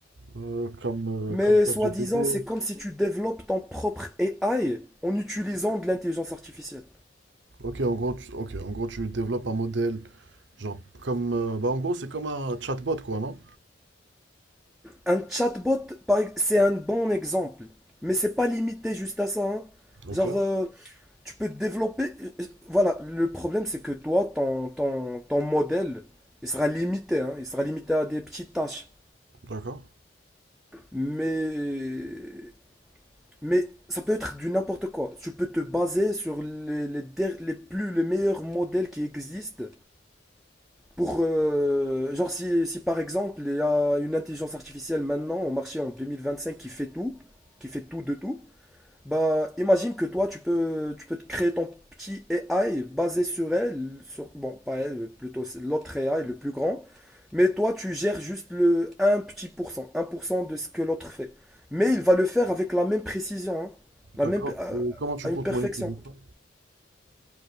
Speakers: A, on the right; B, in the centre.
A: Euh, comme, euh,
B: Mais
A: comme ChatGPT.
B: soi-disant, c'est comme si tu développes ton propre AI en utilisant de l'intelligence artificielle.
A: Ok, en gros, tu, ok, en gros, tu développes un modèle, genre comme, euh, bah en gros, c'est comme un chatbot, quoi, non?
B: Un chatbot, par ex- c'est un bon exemple, mais c'est pas limité juste à ça, hein.
A: Ok,
B: Genre, euh, tu peux développer. euh, euh, Voilà, le problème c'est que toi, ton, ton, ton modèle, il sera limité, hein. Il sera limité à des petites tâches.
A: d'accord.
B: Mais, mais ça peut être du n'importe quoi. Tu peux te baser sur les, les, der- les plus, les meilleurs modèles qui existent Pour, euh, genre, si, si par exemple, il y a une intelligence artificielle maintenant au marché en 2025 qui fait tout, qui fait tout de tout, bah, imagine que toi, tu peux, tu peux te créer ton petit AI basé sur elle, sur, bon, pas elle, plutôt c'est l'autre AI, le plus grand, mais toi, tu gères juste le un petit pour cent un pour cent de ce que l'autre fait. Mais il va le faire avec la même précision, hein, la
A: D'accord.
B: même, à,
A: Et comment tu
B: à
A: comptes
B: une perfection.
A: monnaie tous les fois?